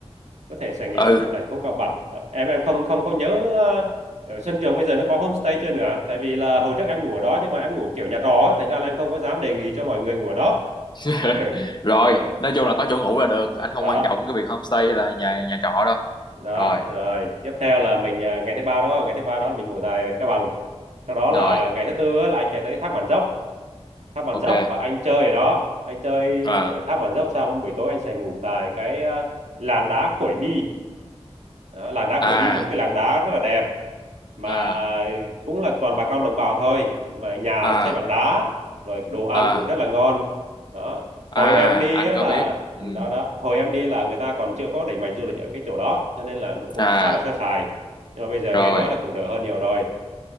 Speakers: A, on the right; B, on the left.
A: có thể sẽ nghĩ là
B: ừ
A: thành thành phố Cao Bằng Đó. em em không không không nhớ ờ, ở Xuân Trường bây giờ nó có homestay chưa nữa tại vì là hồi trước em ngủ ở đó nhưng mà em ngủ kiểu nhà trọ á, thành ra là em không có dám đề nghị cho mọi người ngủ ở đó
B: <laughs>
A: <laughs>
B: rồi nói chung
A: đó
B: là có chỗ ngủ là được anh không
A: đó
B: quan trọng cái việc homestay hay là nhà nhà trọ đâu
A: đó
B: rồi
A: rồi tiếp theo là mình à, ngày thứ ba đúng không ngày thứ ba đó là mình ngủ tại Cao Bằng sau đó
B: rồi
A: là ngày thứ tư á, là anh chạy tới thác Bản Dốc thác Bản
B: ok
A: Dốc và anh chơi ở đó anh chơi
B: à
A: ở thác Bản Dốc xong buổi tối anh sẽ ngủ tại cái à, làng đá Khuổi Mi đó, làng đá
B: à
A: Khuổi Mi là một cái làng đá rất là đẹp mà
B: à
A: cũng là toàn bà con đồng bào thôi mà nhà
B: à
A: xây bằng đá rồi đồ ăn
B: à
A: cũng rất là ngon đó
B: à
A: hồi em đi
B: anh
A: á
B: có
A: là
B: biết ừ
A: ừ, đó đó hồi em đi là người ta còn chưa có đẩy mạnh du lịch ở cái chỗ đó cho nên là nó cũng
B: à
A: khá là sơ sài nhưng mà bây giờ
B: rồi
A: nghe nói là cũng đỡ hơn nhiều rồi